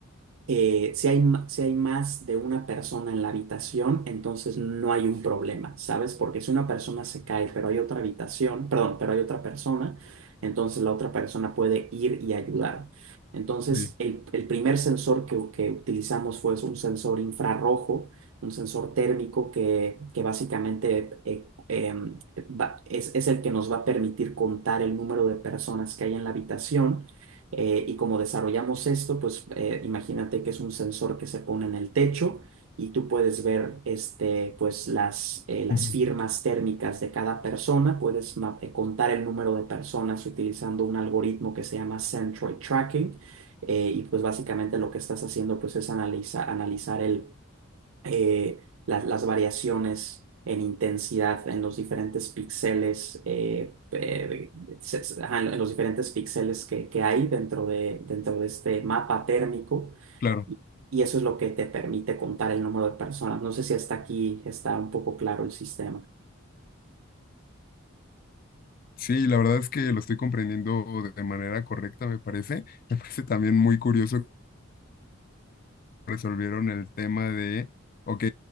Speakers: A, on the right (about 75°); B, on the left (about 45°).
A: eh, si hay, ma- si hay más de una persona en la habitación, entonces no hay un problema, ¿sabes? Porque si una persona se cae, pero hay otra habitación, perdón, pero hay otra persona, entonces la otra persona puede ir y ayudar. Entonces,
B: ok.
A: el, el primer sensor que, que utilizamos fue un sensor infrarrojo, un sensor térmico que, que básicamente eh, em, va- es, es el que nos va a permitir contar el número de personas que hay en la habitación eh, y como desarrollamos esto, pues eh, imagínate que es un sensor que se pone en el techo y tú puedes ver este, pues, las, eh, las
B: Ujú.
A: firmas térmicas de cada persona, puedes ma- eh, contar el número de personas utilizando un algoritmo que se llama Centroid Tracking. Eh, y pues básicamente lo que estás haciendo pues es analiza- analizar el eh, la- las variaciones en intensidad en los diferentes píxeles, eh, eh, se- se- ajá, en los diferentes píxeles que, que hay dentro de, dentro de este mapa térmico.
B: Claro.
A: Y, y eso es lo que te permite contar el número de personas. No sé si hasta aquí está un poco claro el sistema.
B: Sí, la verdad es que lo estoy comprendiendo de manera correcta, me parece. Me parece también muy curioso. resolvieron el tema de, ok,